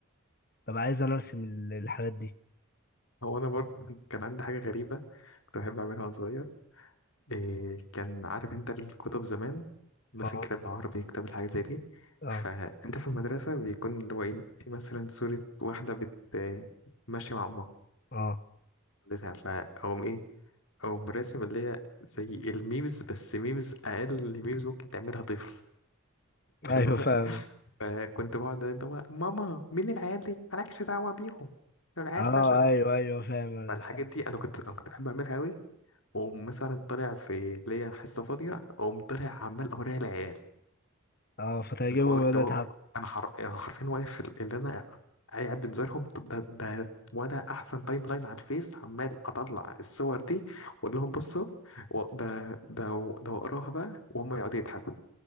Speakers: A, on the left (about 45°); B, on the left (about 70°).
A: ببقى عايز انا ارسم ال- الحاجات دي
B: هو انا برضه <laughs> كان عندي حاجة غريبة كنت بحب اعملها وانا صغير إيه كان عارف انت الكتب زمان بس
A: اه
B: كتاب العربي كتاب الحاجات زي دي
A: اه
B: فانت في المدرسة بيكون اللي هو ايه في مثلا صورة واحدة بت آه، ماشية مع امها
A: اه
B: خدتها فأقوم ايه أقوم راسم اللي هي زي الميمز بس ميمز أقل ميمز ممكن تعملها طفل واخد
A: ايوه
B: بالك
A: فاهم
B: <laughs> فكنت بقعد انت بقى، ماما مين العيال دي مالكش دعوة بيهم دول العيال
A: اه
B: فشلة
A: ايوه ايوه فاهم انا
B: فالحاجات
A: فاهم
B: دي انا كنت انا كنت بحب اعملها قوي ومثلا طالع في اللي هي حصة فاضية أقوم طالع عمال أوريها العيال
A: اه فتعجبهم
B: لو
A: يقعدوا
B: لو
A: يضحكوا
B: انا حر... أنا حرفيا واقف في ال- اللي انا قاعد بنزلهم ده ده وانا احسن تايم لاين على الفيس عمال اطلع الصور دي واقول لهم بصوا و- ده ده ده واقراها بقى وهم يقعدوا يضحكوا